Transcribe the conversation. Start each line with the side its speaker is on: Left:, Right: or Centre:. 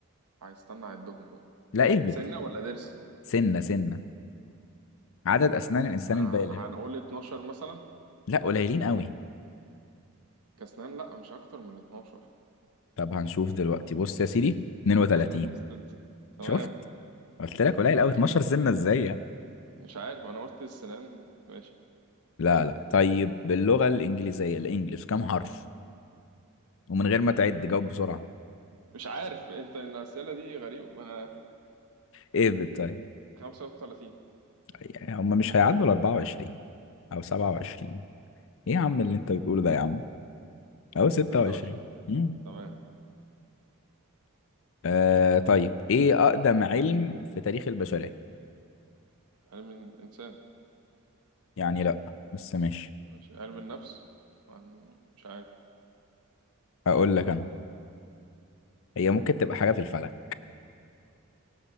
Right: هيستنى أعدهم بقى
Left: لا اهبد
Right: سنة ولا ضرس
Left: سنة سنة عدد أسنان الإنسان البالغ
Right: آه، هنقول 12 مثلا
Left: لا قليلين قوي
Right: كأسنان لأ مش أكتر من 12
Left: طب هنشوف دلوقتي بص يا سيدي 32
Right: يا نهار أسود تمام
Left: شفت قلت لك قليل قوي
Right: ماشي.
Left: 12 سنة ازاي يعني
Right: مش عارف أنا قلت السنان ماشي
Left: لا لا طيب باللغة الإنجليزية الإنجليش كام حرف ومن غير ما تعد جاوب بسرعة
Right: مش عارف أنت الأسئلة دي غريبة آه،
Left: ايه بت- طيب
Right: 35
Left: يعني هم مش هيعدوا ال 24 أو 27 ايه يا عم اللي انت بتقوله ده يا عم أو 26
Right: 26
Left: مم.
Right: تمام
Left: آه طيب ايه أقدم علم في تاريخ البشرية
Right: علم الإنسان
Left: يعني لا بس ماشي
Right: ماشي علم النفس عن- مش عارف
Left: أقول لك أنا هي ممكن تبقى حاجة في الفلك